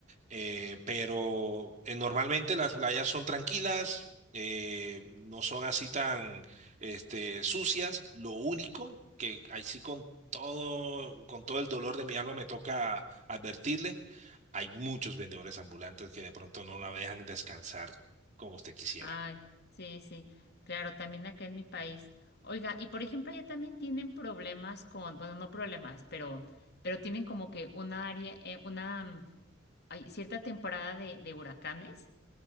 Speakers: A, on the right (about 40°); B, on the left (about 55°).
A: Eh, pero eh, normalmente las playas son tranquilas, eh, no son así tan este, sucias. Lo único que ahí sí con todo, con todo el dolor de mi alma me toca advertirle, hay muchos vendedores ambulantes que de pronto no la dejan descansar como usted quisiera.
B: Ay, sí, sí, claro, también acá en mi país. Oiga, y por ejemplo, allá también tienen problemas con, bueno, no problemas, pero, pero tienen como que una área, eh, una, mm, hay cierta temporada de, de huracanes,